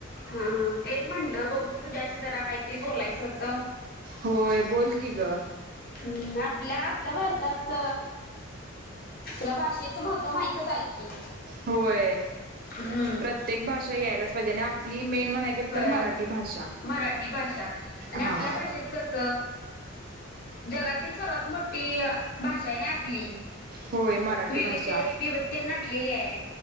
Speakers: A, on the left; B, on the right.
A: हा हा तेच म्हटलं बघू तुझ्याशी जरा काहीतरी बोलायचं होत.
B: होय बोल की ग.
A: हम्म आपल्या आपल्या भारतात तुला भाषेचं महत्त्व माहितच आहे की
B: होय
A: हम्.
B: प्रत्येक भाषा यायलाच पाहिजे आणि आपली. मेन म्हणाय गेल
A: व्हय
B: तर मराठी भाषा
A: मराठी भाषा आणि
B: हा
A: आपल्या भाषेत कस. जगातील सर्वात मोठी भाषा आहे ना आपली.
B: होय मराठी
A: विवि
B: भाषा
A: विविते नटलेली आहे